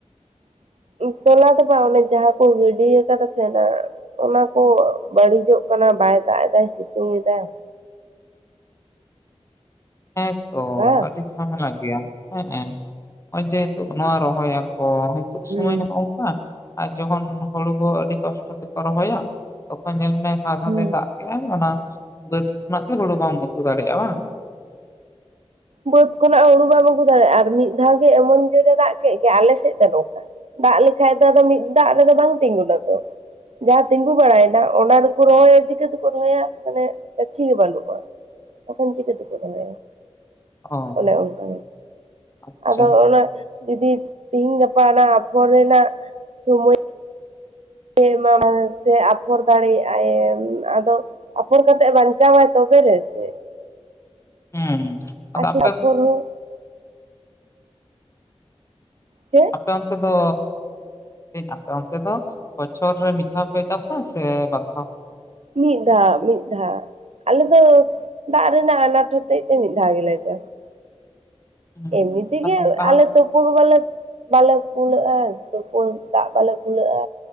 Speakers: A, on the right (about 75°); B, on the left (about 25°).
A: <unintelligible> ᱛᱚᱞᱟ ᱫᱚ ᱵᱟᱝ ᱚᱱᱮ ᱡᱟᱦᱟᱸ ᱠᱚ ᱜᱤᱰᱠᱟᱫᱟ ᱥᱮ ᱚᱱᱟ ᱠᱚ ᱵᱟᱹᱲᱤᱡᱚᱜ ᱠᱟᱱᱟ ᱵᱟᱭ ᱫᱟᱭ ᱫᱟᱭ ᱥᱤᱛᱩᱝ ᱮ ᱫᱟᱭ
B: ᱦᱮᱸᱛᱚ
A: ᱵᱟᱝ
B: ᱟᱹᱰᱤ ᱡᱷᱟᱢᱮᱞᱟ ᱜᱮᱭᱟ ᱦᱮᱸ ᱱᱚᱜ ᱚᱚᱭ ᱡᱮ ᱱᱤᱛᱚᱜ ᱱᱚᱣᱟ ᱨᱚᱦᱚᱭᱟ ᱚ ᱱᱤᱛᱚᱜ
A: ᱦᱩᱸ
B: ᱥᱳᱢᱚᱭ ᱱᱚ ᱱᱚᱝᱠᱟ ᱟᱨ ᱡᱚᱠᱷᱚᱱ ᱦᱩᱲᱩ ᱠᱚ ᱟᱹᱰᱤ ᱠᱚᱥᱴᱚ ᱛᱮᱠᱚ ᱨᱚᱦᱚᱭᱟ ᱛᱚᱠᱷᱚᱱ ᱧᱮᱞ ᱦᱟᱛ ᱦᱟᱛᱮ
A: ᱦᱩᱸ
B: ᱮ ᱫᱟᱜ ᱠᱮᱫᱮᱜᱟᱭ ᱚᱱᱟ ᱵᱟᱹᱫᱽ ᱠᱷᱚᱱᱟᱜ ᱜᱮ ᱦᱩᱲᱩ ᱵᱟᱢ ᱟᱹᱜᱩ ᱫᱟᱲᱮᱭᱟᱜᱼᱟ ᱵᱟᱝ
A: ᱵᱟᱹᱫᱽ ᱠᱷᱚᱱᱟᱜ ᱦᱩᱲᱩ ᱵᱟᱢ ᱟᱹᱜᱩ ᱫᱟᱲᱮᱭᱟᱜᱼᱟ ᱟᱨ ᱢᱤᱫ ᱫᱷᱟᱣ ᱜᱮ ᱮᱢᱚᱱ ᱡᱳᱨᱮ ᱮ ᱫᱟᱜ ᱠᱮᱫ ᱜᱮ ᱟᱞᱮ ᱥᱮᱫ ᱫᱚ ᱱᱚᱝᱠᱟ ᱫᱟᱜ ᱞᱮᱠᱷᱟ ᱫᱚ ᱟᱫᱚ ᱢᱤᱫ ᱫᱟᱜ ᱨᱮᱫᱚ ᱵᱟᱝ ᱛᱤᱸᱜᱩᱟᱱᱟ ᱛᱚ ᱡᱟᱦᱟᱸ ᱛᱤᱸᱜᱩ ᱵᱟᱲᱟᱭᱮᱱᱟ ᱚᱱᱟ ᱫᱚᱠᱚ ᱨᱚᱦᱚᱭᱟ ᱪᱤᱠᱟᱹ ᱛᱮᱠᱚ ᱨᱚᱦᱚᱭᱟ ᱢᱟᱱᱮ ᱜᱟᱹᱪᱷᱤ ᱜᱮ ᱵᱟᱹᱱᱩᱜᱼᱟ ᱛᱚᱠᱷᱚᱱ ᱪᱤᱠᱟᱹᱛᱮ ᱠᱚ ᱫᱚᱦᱚᱭᱟ
B: ᱚ
A: ᱚᱱᱮ ᱚᱱᱠᱟ
B: ᱟᱪᱪᱷᱟ
A: ᱟᱫᱚ ᱚᱱᱟ ᱡᱩᱫᱤ ᱛᱮᱤᱦᱤᱧ ᱜᱟᱯᱟ ᱚᱱᱟ ᱟᱯᱷᱚᱨ ᱨᱮᱱᱟᱜ ᱥᱚᱢᱚᱭ ᱥᱮ ᱮᱢᱟ ᱢᱟᱭ ᱥᱮ ᱟᱯᱷᱚᱨ ᱫᱟᱲᱮᱭᱟᱜᱼ ᱟᱭ ᱟᱫᱚ ᱟᱯᱷᱚᱨ ᱠᱟᱛᱮ ᱵᱟᱧᱪᱟᱣᱟᱭ ᱛᱚᱵᱮ ᱛᱚᱵᱮ ᱨᱮᱥᱮ
B: ᱦᱩᱸ ᱟᱫᱚ
A: ᱟᱥᱤ
B: ᱟᱯᱮ
A: ᱟᱯᱷᱚᱨ ᱦᱚ ᱪᱮ
B: ᱟᱯᱮ ᱚᱱᱛᱮ ᱫᱚ ᱟᱯᱮ ᱚᱱᱛᱮ ᱫᱚ ᱵᱚᱪᱷᱚᱨ ᱨᱮ ᱢᱤᱫ ᱫᱷᱟᱣ ᱯᱮ ᱪᱟᱥᱟ ᱥᱮ ᱵᱟᱨ ᱫᱷᱟᱣ
A: ᱢᱤᱫ ᱫᱷᱟᱣ ᱢᱤᱫ ᱫᱷᱟᱣ ᱟᱞᱮ ᱫᱚ ᱫᱟᱜ ᱨᱮᱱᱟᱜ ᱟᱱᱟᱴ ᱦᱚᱛᱮᱡ ᱛᱮ ᱢᱤᱫ ᱫᱷᱟᱣ ᱜᱮᱞᱮ ᱪᱟᱥᱟ
B: ᱦᱩᱸ
A: ᱮᱢᱱᱤ ᱛᱮᱜᱮ
B: ᱟᱫᱚ ᱚᱱᱠᱟ
A: ᱟᱞᱮ ᱛᱚᱯᱩ ᱜᱮ ᱵᱟᱞᱮ ᱩᱱᱟᱹᱜᱼᱟ ᱛᱩᱯᱳᱜ ᱫᱟᱜ ᱵᱟᱞᱮ ᱠᱩᱞᱟᱹᱜᱼᱟ